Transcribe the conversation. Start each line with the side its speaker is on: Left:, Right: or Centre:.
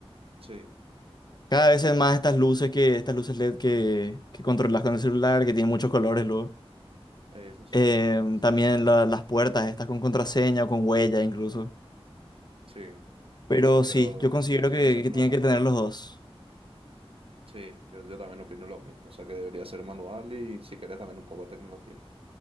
Right: Sí,
Left: Cada vez es más estas luces que, estas luces LED que, que controlas con el celular, que tienen muchos colores luego.
Right: eh, eso es cierto.
Left: Em,
Right: Es-
Left: también la- las puertas, estas con contraseña o con huella incluso.
Right: Sí,
Left: Pero
Right: pero
Left: sí, yo considero
Right: tiene
Left: que,
Right: que ser manual
Left: que tienen
Right: también,
Left: que tener
Right: ¿verdad?
Left: los dos.
Right: Sí, yo, yo también opino lo mismo, o sea que debería ser manual y si querés también un poco de tecnología.